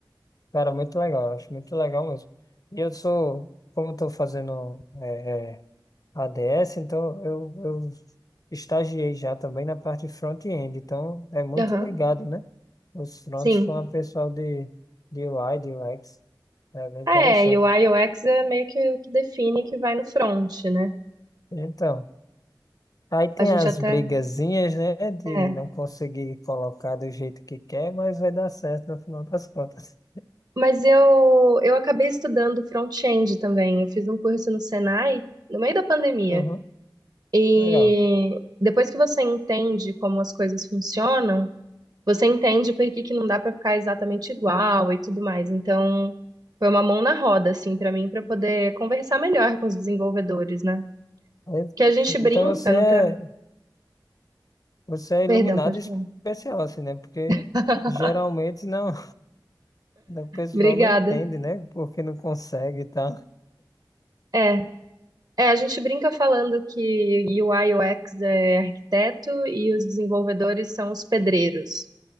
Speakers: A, on the left (about 50°); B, on the right (about 55°).
A: cara, muito legal, eu acho muito legal mesmo. E eu sou, como estou fazendo é, é, ADS, então eu, eu estagiei já também na parte de front-end, então é muito
B: Aham,
A: ligado, né? Os fronts
B: sim.
A: com o pessoal de, de UI, de UX, é bem interessante.
B: É, e o U I U X é meio que o que define que vai no front, né?
A: Então, aí tem
B: A gente
A: as
B: até.
A: brigazinhas, né, de
B: É.
A: não conseguir colocar do jeito que quer, mas vai dar certo no final das contas.
B: Mas eu, eu acabei estudando front-end também. Eu fiz um curso no Senai, no meio da pandemia.
A: Uhum,
B: E
A: legal.
B: depois que você entende como as coisas funcionam, você entende por que que não dá para ficar exatamente igual e tudo mais. Então, foi uma mão na roda, assim, para mim, para poder conversar melhor com os desenvolvedores, né?
A: Aí-
B: Que a gente
A: Então
B: brinca
A: você
B: no
A: é,
B: tra...
A: você é iluminado
B: Perdão, pode
A: especial,
B: falar.
A: assim, né? Porque
B: <laughs>
A: geralmente não. O pessoal
B: Obrigada.
A: não entende, né? Porque não consegue e tal.
B: É, é, a gente brinca falando que UI X é arquiteto e os desenvolvedores são os pedreiros.